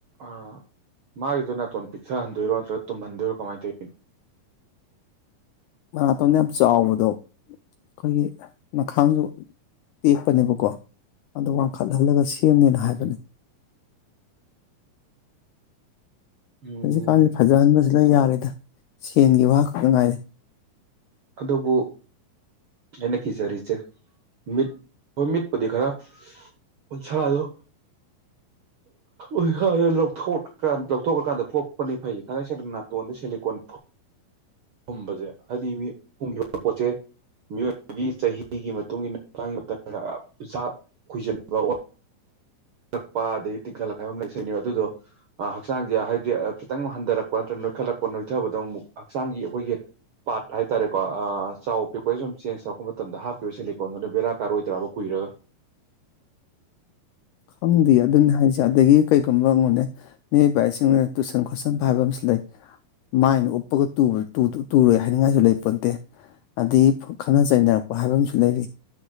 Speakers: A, on the right; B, on the left.
A: ꯑꯥ ꯃꯥꯒꯤꯗꯨ ꯅꯥꯇꯣꯟ ꯄꯤꯛꯊꯍꯟꯗꯣꯏꯔꯣ ꯅꯠꯇ꯭ꯔꯒ ꯇꯨꯝꯍꯟꯗꯣꯏꯔꯣ ꯀꯃꯥꯏꯅ ꯇꯧꯅꯣ
B: ꯃꯅꯥꯇꯣꯟꯅ ꯌꯥꯝ ꯆꯥꯎꯕꯗꯣ ꯑꯩꯈꯣꯏꯒꯤ ꯅꯈꯥꯡꯁꯨ ꯇꯦꯛꯄꯅꯦꯕꯀꯣ ꯑꯗꯨ ꯋꯥꯡꯈꯠꯍꯜꯂꯒ ꯁꯦꯝꯅꯤꯅ ꯍꯥꯏꯕꯅꯦ
A: ꯎꯝ
B: ꯍꯧꯖꯤꯛꯀꯥꯟ ꯐꯖꯍꯟꯕꯁꯤ ꯂ‌ꯣꯏ ꯌꯥꯔꯦꯗ ꯁꯦꯟꯒꯤ ꯋꯥ ꯈꯛꯇ ꯉꯥꯏꯔ‌ꯦ
A: ꯑꯗꯨꯕꯨ ꯑꯩꯅ ꯀꯤꯖꯔꯤꯁꯦ ꯃꯤꯠ ꯑꯩꯈꯣꯏ ꯃꯤꯠꯄꯨꯗꯤ ꯈꯔ ꯎꯟꯁꯥꯗꯣ ꯎꯟꯁꯥ ꯂꯧꯊ‌ꯣꯛ ꯂꯧꯊꯣꯛꯑꯀꯥꯟꯗ ꯐꯣꯠꯄꯅꯤ ꯐꯩ ꯊꯥꯡꯒꯩꯁ‌ꯦꯡꯅ ꯅꯥꯇꯣꯟꯗ ꯁꯦꯂꯤꯀꯣꯟ ꯐꯨꯝꯕꯁꯦ ꯍꯥꯏꯗꯤ ꯐꯨꯝꯈꯤꯕ ꯄꯣꯠꯁ‌ꯦ ꯃꯤꯑꯣꯏ ꯆꯍꯤ ꯆꯍꯤ ꯒꯤ ꯃꯇꯨꯡ ꯏꯟꯅ ꯃꯥꯒꯤ <unintelligible> ꯎꯟꯁꯥ ꯈꯣꯏꯖꯟꯕ ꯔꯛꯄ ꯑꯗꯒꯤ ꯇꯤꯡꯈꯠꯂꯛꯄ ꯍꯥꯏꯕ ꯑꯃ ꯂꯩꯁꯅꯤ ꯑꯗꯨꯗꯣ ꯍꯛꯆꯥꯡꯁꯦ ꯍꯥꯏꯕꯗꯤ ꯈꯤꯇꯪ ꯍꯟꯊꯔꯛꯄ ꯅꯠꯇ꯭ꯔꯒ ꯅꯣꯏꯈꯠꯂꯛꯄ ꯅꯣꯏꯊꯕꯗ ꯑꯃꯨꯛ ꯍꯛꯆꯥꯡꯒꯤ ꯑꯩꯈꯣꯏꯒꯤ ꯄꯥꯥꯔꯠ ꯆꯥꯎ ꯄꯤꯛꯄꯩ ꯁꯨꯝ ꯆꯦꯟꯖ ꯇꯧꯔꯛꯄ ꯃꯇꯝꯗ ꯍꯥꯞꯈꯤꯕ ꯁꯤꯂꯤꯀꯣꯟꯗꯨꯅ ꯕꯦꯔꯥ ꯀꯥꯔꯛꯑꯣꯏꯗꯔꯕ ꯀꯨꯏꯔꯒ
B: ꯈꯪꯗꯦ ꯑꯗꯨꯅꯤ ꯍꯥꯏꯁꯦ ꯑꯗꯒꯤ ꯀꯩꯒꯨꯝꯕ ꯌ‌ꯦꯡꯉ‌ꯣꯅꯦ ꯃꯤꯑꯣꯏꯕ ꯍꯥꯏꯁꯤ ꯇꯨꯁꯟ ꯈꯣꯠꯁꯟꯕ ꯍꯥꯏꯕ ꯑꯃꯁꯨ ꯂꯩ ꯃꯥꯏꯅ ꯎꯞꯄꯒ ꯇꯨ ꯇꯨ ꯇꯨꯔꯣꯏ ꯍꯥꯏꯅꯤꯡꯉꯥꯏꯁꯨ ꯂꯩ ꯄꯣꯟꯇꯦ ꯑꯗꯒꯤ ꯈꯠꯅ ꯆꯩꯅꯔꯛꯄ ꯍꯥꯏꯕ ꯑꯃꯁꯨ ꯂꯩꯔꯤ